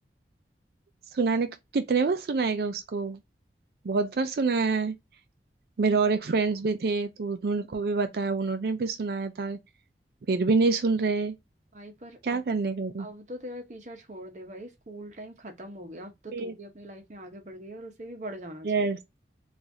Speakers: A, on the right; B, on the right.
A: सुनाने को कितने बार सुनाएगा उसको बहुत बार सुनाया है मेरे और एक फ्रेंड्स भी थे तो उन्होंने को भी बताया उन्होंने भी सुनाया था फिर भी नहीं सुन रहे
B: भाई पर
A: क्या
B: अब
A: करने का भी
B: अब तो तेरा पीछा छोड़ दे भाई स्कूल टाइम खत्म हो गया अब तो
A: फिर
B: तू भी अपनी लाइफ में आगे बढ़ गई है और उसे भी बढ़ जाना चाहिए
A: यस